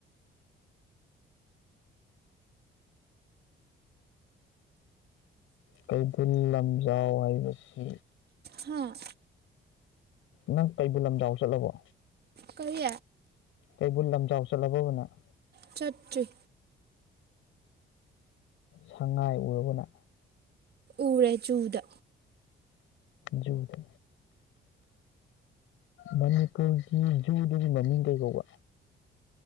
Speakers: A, on the left; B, on the right.
A: ꯀꯩꯕꯨꯜ ꯂꯝꯖꯥꯎ ꯍꯥꯏꯕꯁꯤ
B: ꯍꯥ
A: ꯅꯪ ꯀꯩꯕꯨꯜ ꯂꯝꯖꯥꯎ ꯆꯠꯂꯕꯣ
B: ꯀꯔꯤ
A: ꯀꯩꯕꯨꯜ ꯂꯝꯖꯥꯎ ꯆꯠꯂꯕꯕ ꯅꯪ
B: ꯆꯠꯇ꯭ꯔꯤ
A: ꯁꯪꯉꯥꯏ ꯎꯔꯕꯣ ꯅ
B: ꯎꯔꯦ ꯆꯨꯗ
A: ꯖꯨꯗ ꯃꯅꯤꯄꯨꯔꯒꯤ ꯖꯨꯗꯨꯒꯤ ꯃꯃꯤꯡ ꯀꯩ ꯀꯧꯕ